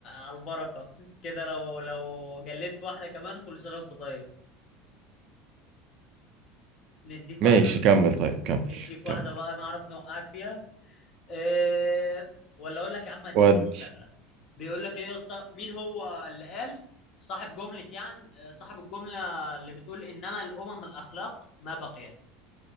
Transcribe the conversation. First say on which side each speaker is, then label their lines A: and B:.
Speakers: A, on the left; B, on the right.
A: على البركة كده لو لو جليت في واحدة كمان كل سنة وانت طيب نديك
B: ماشي
A: واحدة بقى.
B: كمل طيب كمل
A: نديك
B: كمل
A: واحدة بقى نعرف نوقعك فيها إيه ولا اقول لك يا عم اديك
B: ودي
A: واحده سهله بيقول لك ايه يا اسطى مين هو اللي قال صاحب جمله يعني آه، صاحب الجمله اللي بتقول انما الامم الاخلاق ما بقيت